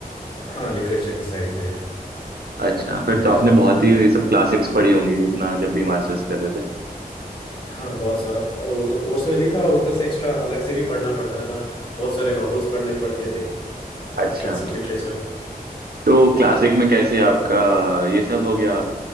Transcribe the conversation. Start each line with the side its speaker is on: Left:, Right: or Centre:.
Left: हाँ लिटरेचर की साइड में है
Right: अच्छा फिर
Left: लिटरेचर
Right: तो आपने बहुत ही ये सब क्लासिक्स पढ़ी होंगी अपना जब भी मास्टर्स कर रहे थे
Left: हाँ बहुत सारा वो तो कोर्स में भी था और ऊपर से एक्स्ट्रा अलग से भी पढ़ना पड़ता था बहुत सारे नॉवेल्स पढ़ने पड़ते थे
Right: अच्छा
Left: Classic literature
Right: तो क्लासिक में कैसे आपका ये सब हो गया